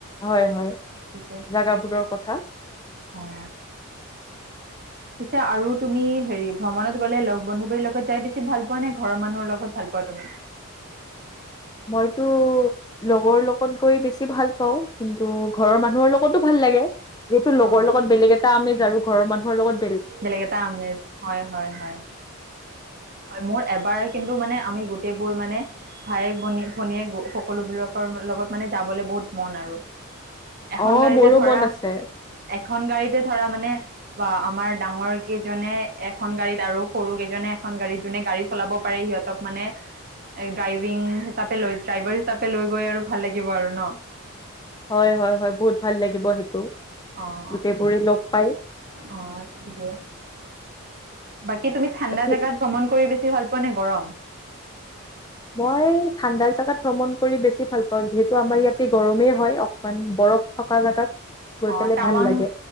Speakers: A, on the left; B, on the right.
A: হয় হয়
B: তাকে
A: জাগাবোৰৰ কথা
B: অ পিছে আৰু তুমি হেৰি ভ্ৰমণত গ'লে লগ বন্ধুবীৰ লগত যাই বেছি ভাল পোৱা নে ঘৰৰ মানুহৰ লগত ভাল পোৱা তুমি।
A: মইতো লগৰ লগত গৈ বেছি ভাল পাওঁ কিন্তু ঘৰৰ মানুহৰ লগতো ভাল লাগে। যিহেতু লগৰ
B: অ',
A: লগত বেলেগ এটা ‌আমেজ আৰু ঘৰৰ মানুহ লগত
B: বেলেগ এটা আমেজ হয় হয় হয় হয় মোৰ এবাৰ কিন্তু মানে আমি গোটেইবোৰ মানে ভায়েক ভনী ভনীয়েক সকলোবিলাকৰ লগত মানে যাবলৈ বহুত মন আৰু এখন
A: অ
B: গাড়ীতে
A: মোৰো
B: ধৰা
A: মন আছে
B: এখন গাড়ীতে ধৰা মানে বা আমাৰ ডাঙৰ কেইজনে এখন গাড়ীত আৰু সৰু কেইজনে এখন গাড়ীত যোনে গাড়ী চলাব পাৰে সিহঁতক মানে ড্ৰাইভিং হিচাপে লৈ ড্ৰাইভাৰ হিচাপে লৈ গৈ আৰু ভাল লাগিব আৰু ন
A: হয় হয় হয় বহুত ভাল লাগিব সেইটো
B: অ',
A: গোটেই বোৰে লগ পাই
B: অ ঠিকে বাকী তুমি ঠাণ্ডা
A: ঠিক
B: জাগাত ভ্ৰমণ কৰি বেছি <unintelligible> ভাল পোৱা নে গৰম?
A: মই ঠাণ্ডাৰ জোগাত ভ্ৰমণ কৰি বেছি ভাল পাওঁ, যিহেতু আমাৰ ইয়াতে গৰমেই হয়, অকমান বৰফ থকা জাগাত- গৈ
B: অ
A: পেলাই
B: টাৱাং
A: ভাল লাগে